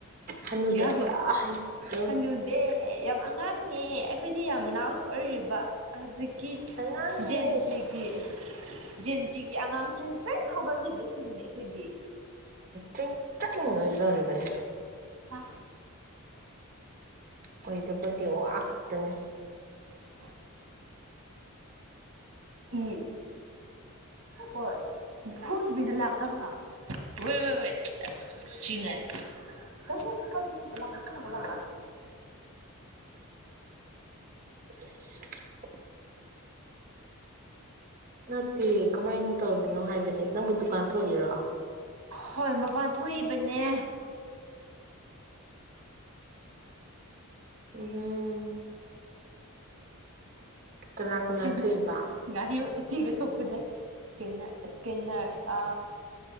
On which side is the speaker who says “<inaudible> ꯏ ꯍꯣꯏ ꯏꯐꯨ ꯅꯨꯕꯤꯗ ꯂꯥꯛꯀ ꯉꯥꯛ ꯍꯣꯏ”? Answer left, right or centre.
Right